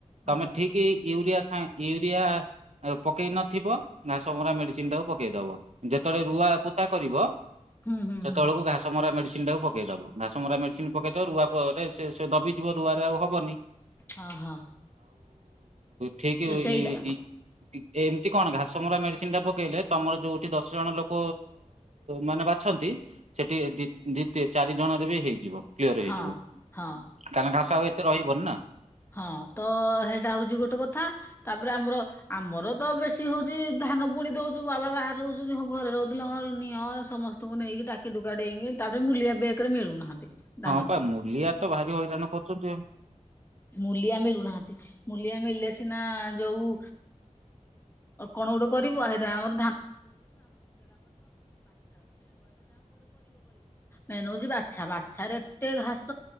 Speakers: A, on the right; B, on the left.
A: ତମେ
B: ହଁ
A: ଠିକ ୟୁରିଆ ସାଙ୍ଗ ୟୁରିଆ ପକେଇ ନଥିବ ଘାସସରା ମେଡିସିନ ଟାକୁ ପକେଇଦବ। ଯେତେବେଳେ ରୁଆ ପୋତା କରିବ
B: ହୁଁ ହୁଁ
A: ସେତେବେଳକୁ
B: ହୁଁ
A: ଘାସ ମରା ମେଡ଼ିସିନ ଟାକୁ ପକେଇଦବ। ଘାସ ମରା ମେଡ଼ିସିନ ପକାଇଦବ ରୁଆରେ ସେ ସେ ଦବିଥିବ ରୁଆରେ ଆଉ ହେବନି।
B: ହଁ ହଁ।
A: ଠିକ
B: ସେଇଟା
A: ଇ ଇ ଏମତି କଣ ଘାସ ମରା ମେଡ଼ିସିନ ଟା ପକେଇଲେ ତମର ଯୋଉଠି ଦଶ ଜଣ ଲୋକ ମାନେ ବାଛନ୍ତି ସେଇ ଟି ଦି ଚାରି ଜଣରେ ବି ହେଇଯିବ। କ୍ଲିୟର
B: ହଁ
A: ହେଇଯିବ
B: ହଁ
A: କାହିଁକିନା ଘାସ ଆଉ ଏତେ ରହିବନି ନା।
B: ହଁ ତ ସେଇଟା ହଉଛି ଗୋଟେ କଥା ତାପରେ ଆମର ଆମର ତ ବେଶି ହଉଛି ଧାନ ପୁଣି ଦଉଛୁ ବାବା ବାହାରେ ରହୁଛନ୍ତି ଘରେ ରହୁଥିଲ ନିଅ ସମସ୍ତଙ୍କୁ ନେଇି ଡାକି ଡୁା ଡେଇକି ତାପରେ ମୂଲିଆ ବେକରେ ମିଳୁନାହାନ୍ତି। ଧାନ
A: ହଁ ପା
B: ପାଇଁ
A: ମୂଲିଆ ତ ଭାରି ହଇରାଣ କରୁଛନ୍ତି ଆଉ।
B: ମୁଲିଆ ମିଳୁନାହାନ୍ତି ମୂଲିଆ ମିଳିଲେ ସିନା ଯୋଉ ଉଁ ଅ କଣ କଣ ଗୋଟେ କରିବୁ ସେଇଟା ଆମର ମେ ହଉଛି ବାଛା ବାଛରେ ଏତେ ଘାସ